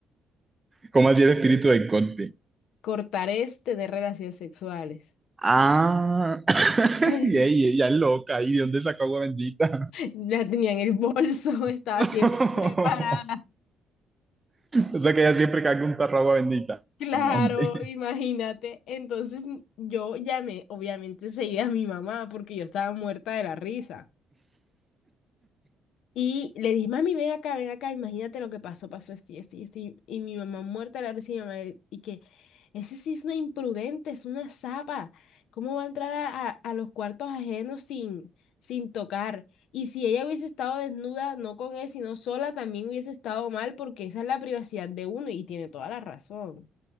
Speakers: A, on the right; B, on the left.
A: ¿Cómo así el espíritu del Conte?
B: Cortar es tener relaciones sexuales.
A: Ah, <laughs>
B: <laughs>
A: Y ella, ella es loca, ¿y de dónde sacó agua bendita?
B: La tenía en el bolso, <laughs> estaba
A: <laughs>
B: siempre preparada.
A: O sea que ella siempre carga un tarro de agua bendita.
B: Claro,
A: No, hombre.
B: imagínate. Entonces m- yo llamé, obviamente, enseguida a mi mamá porque yo estaba muerta de la risa. Y le dije, mami, ven acá, ven acá, imagínate lo que pasó, pasó esto y esto y esto. Y, y mi mamá muerta de la risa y mi mamá, y que ese sí es una imprudente, es una zapa. ¿Cómo va a entrar a, a- a los cuartos ajenos sin, sin tocar? Y si ella hubiese estado desnuda, no con él, sino sola, también hubiese estado mal, porque esa es la privacidad de uno y tiene toda la razón.